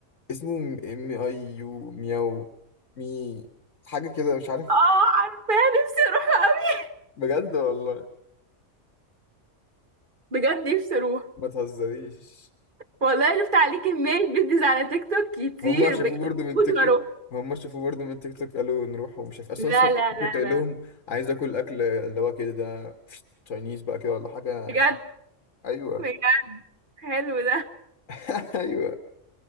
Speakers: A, on the left; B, on the right.
A: اسمه ام اي يو مياو مي حاجة كده مش عارف
B: اه عارفاه نفسي اروح قوي
A: بجد والله
B: بجد نفسي اروح
A: ما تهزريش
B: والله لفت عليه كمية فيديوز على تيك توك كتير
A: هم شافوه
B: بجد
A: برضه من
B: موت
A: تيك توك
B: واروح
A: هم شافوه برضه من تيك توك قالوا نروح ومش عارف اصلا
B: لا
A: اصلا
B: لا لا
A: كنت قايل
B: لا
A: لهم عايز اكل اكل اللي هو كده ده تشاينيز بقى كده ولا حاجه
B: بجد
A: عشان ايوه
B: بجد حلو ده
A: <laughs> ايوه